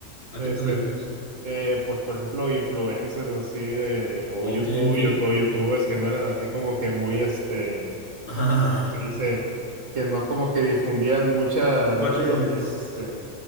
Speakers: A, on the left; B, on the right.
A: ¿A
B: Este,
A: qué te refieres?
B: eh, pues por ejemplo, influencers así de, o
A: Ok,
B: YouTube,
A: ok.
B: YouTube, YouTubers que no eran así como que muy, este,
A: <laughs>
B: ¿cómo se dice, que no como que difundían mucha, mucho
A: ¿Cuáles,
B: lo que es este,